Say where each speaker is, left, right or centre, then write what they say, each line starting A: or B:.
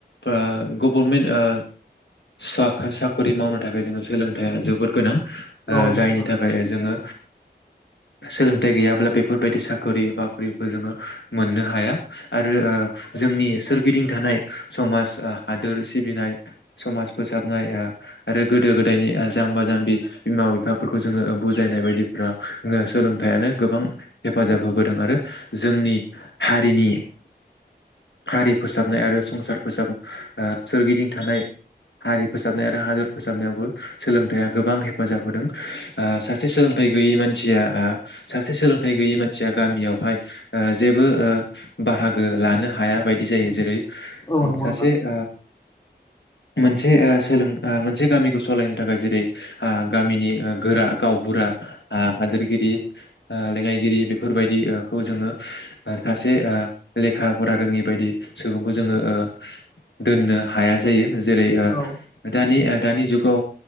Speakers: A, on the left; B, on the left.
A: ओ गभर्मेन्ट ओ साख साखरि मावनो थाखाय जोंनो सोलोंथाया जोबोर गोनां। ओ
B: औ नंगौ
A: जायनि
B: नोंथां
A: थाखाय ओ जोङो सोलोंथाइ गैयाब्ला बेफोरबायदि साखरि बाखरिखौ जोङो मोननो हाया आरो ओ जोंनि सोरगिदिं थानाय समाज हादोर सिबिनाय समाज फोसाबनाय ओ आरो गोदो गोदायनि ओ जाम्बा जाम्बि बिमा बिफाफोरखौ ओ जोङो बुजायनाय बायद <unintelligible> सोलोंथायाइयानो गोबां हेफाजाब होबोदों आरो जोंनि हारिनि हारि फोसाबनाय आरो संसार फोसाब सोरगिदिं थानाय हारि फोसाबनाय आरो हादोर फोसाबनायावबो सोलोंथाइया गोबां हेफाजाब होदों सासे सों <unintelligible> गैयै मानसिया ओ सासे सोलोंथाइ गैयै मानसिया गामियावहाय ओ जेबो ओ बाहागो लानो हाया बायदि जायो जेरै
B: औ
A: उम
B: नंगौ
A: सासे
B: नोंथां
A: ओ मोनसे ओ सोलों ओ मोनसे गामिखौ सलायनो थाखाय जेरै आ गामिनि ओ गोरा गावबुरा आ हादोरगिरि ओ लेङाइगिरि बेफोरबायदिओखौ ओ जोङो ओ सासे ओ लेखा फरा रोङि बायदि सुबुंखौ जोङो ओ दोननो हाया जायो। जेरै ओ
B: औ
A: दानि ओ दानि जुग औ